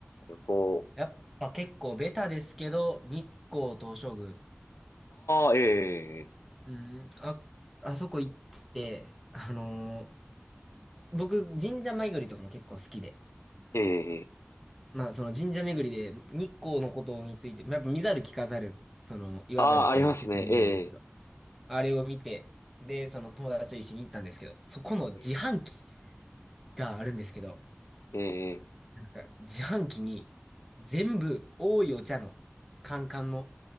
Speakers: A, on the left (about 85°); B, in the centre.
A: 旅行。
B: やっぱ結構ベタですけど、日光東照宮。
A: ああ、ええ
B: うん、あ、あそこ行って、あのー僕、神社巡りとかも結構好きで。
A: ええええ
B: まあ、その神社巡りで日光のことについて、まあやっぱ見ざる聞かざる、その言わざるっていうのは結構有名ですけど、
A: ああー、ありますね。え
B: あれを見て、で、その友達と一緒に行ったんですけど、そこの自販機
A: え
B: があるんですけど、
A: ええ
B: なんか、自販機に全部多いお茶のカンカンの